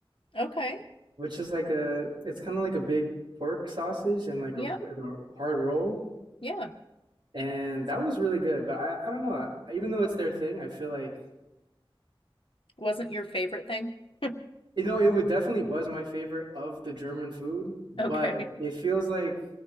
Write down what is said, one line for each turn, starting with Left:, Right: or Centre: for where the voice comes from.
Left: Okay.
Right: which is like a it's kind of like a big pork sausage and like
Left: Yeah.
Right: a, and a hard roll.
Left: Yeah.
Right: And that was really good, but I, I don't know. Even though it's their thing, I feel like
Left: Wasn't your favorite thing? <laughs>
Right: you know it would definitely was my favorite of the German food, but
Left: Okay.
Right: it feels like